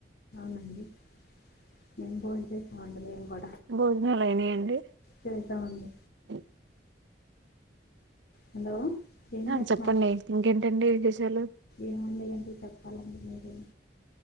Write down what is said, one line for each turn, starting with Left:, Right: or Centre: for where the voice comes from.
Left: మే పోయి మ
Right: భోజనాలు అయినాయండి
Left: చేశామండి
Right: అ
Left: హలో ఏం
Right: ఆ
Left: చేస్తున్నారు
Right: చెప్పండి ఇంకేంటండి విశేషాలు
Left: ఏముండయండి చెప్పాలండి మీరేం